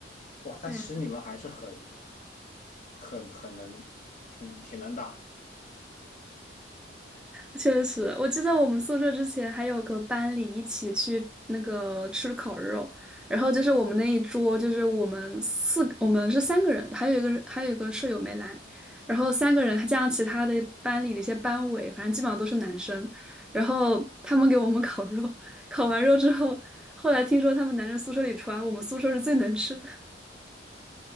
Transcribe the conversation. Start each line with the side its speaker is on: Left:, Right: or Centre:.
Left: 哇，但其实你们还是很、
Centre: 对啊
Left: 很、很能，挺挺能打呀。
Centre: 确实，我记得我们宿舍之前还有个班里一起去那个吃烤肉，然后就是我们那一桌，就是我们四，我们是三个人，还有一个人还有一个舍友没来，然后三个人还加上其他的班里的一些班委，反正基本上都是男生，然后他们给我们烤肉，烤完肉之后，后来听说他们男生宿舍里传我们宿舍是最能吃的，